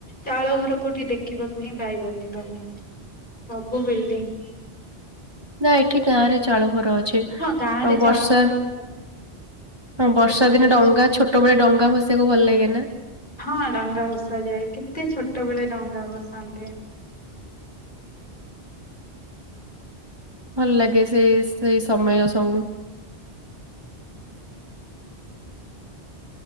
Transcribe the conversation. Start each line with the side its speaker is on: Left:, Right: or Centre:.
Left: ଚାଳ ଘର କୋଉଠି ଦେଖିବାକୁ ପାଇବନି ସବୁ ବିଲଡିଙ୍ଗ।
Right: ନା ଏଠି ଗାଁ ରେ ଚାଳ ଘର ଅଛି।
Left: ହଁ ଗାଁ ରେ
Right: ଆଉ
Left: ଚାଉଳ
Right: ବର୍ଷା
Left: ଘର ତ
Right: ହଁ ବର୍ଷା
Left: ଏବେ ବି
Right: ଦିନେ
Left: ଅଛି।
Right: ଡଙ୍ଗା ଛୋ ଛୋଟ ବେଳେ ଡଙ୍ଗା ଭସେଇଆକୁ ଭଲ ଲାଗେ ନା।
Left: ହଁ ଡଙ୍ଗା ଭସାଯାଏ କେତେ ଛୋଟ ବେଳେ ଡଙ୍ଗା ଭଶାନ୍ତି।
Right: ଭଲ ଲାଗେ ସେ ସେ ସମୟ ସବୁ।